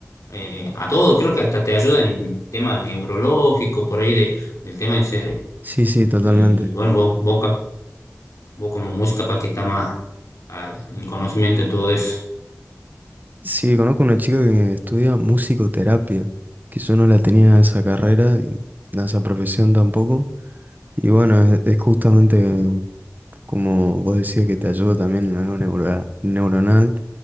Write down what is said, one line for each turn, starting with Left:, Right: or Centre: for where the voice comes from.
Left: eh, a todo, creo que hasta te ayuda en tema neurológico, por ahí de, del tema del cerebro.
Right: Sí, sí, totalmente.
Left: Y bueno, vos, vos, ca- vos como música para que está más ah, en conocimiento de todo eso.
Right: Sí, conozco una chica que estudia musicoterapia, que yo no la tenía esa carrera y a esa profesión tampoco. Y bueno, es, es justamente como vos decías que te ayuda también en algo neuro- neuronal,